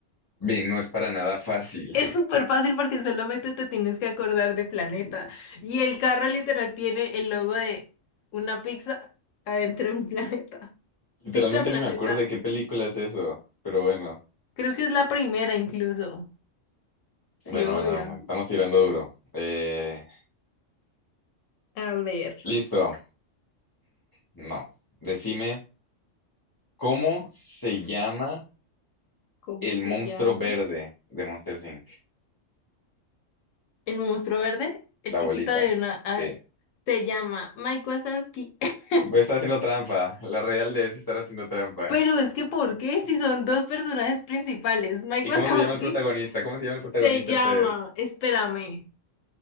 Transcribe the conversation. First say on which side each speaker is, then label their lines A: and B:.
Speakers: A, on the left (about 20°); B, on the left (about 85°).
A: Ve, no es para nada fácil.
B: Es
A: <laughs>
B: súper fácil porque solamente te tienes que acordar de planeta. Y el carro literal tiene el logo de una pizza adentro de un planeta.
A: Literalmente
B: Pizza Planeta.
A: ni me acuerdo de qué película es eso, pero bueno,
B: Creo que es la primera incluso. Sí,
A: bueno,
B: obvio.
A: bueno, estamos tirando duro. Eh,
B: A ver,
A: listo, no. Decime, ¿cómo se llama
B: ¿cómo
A: el
B: se
A: monstruo
B: llama?
A: verde de Monster Inc?
B: El monstruo verde, el
A: La
B: chiquito
A: bolita,
B: de una...
A: sí.
B: ah, se llama Mike Wazowski. <laughs>
A: Voy haciendo trampa, la real de es estar haciendo trampa.
B: Pero es que, ¿por qué? Si son dos personajes principales. Mike
A: ¿Y
B: Wazowski
A: cómo se llama el protagonista? ¿Cómo se llama el protagonista
B: se llama...
A: entonces?
B: Espérame.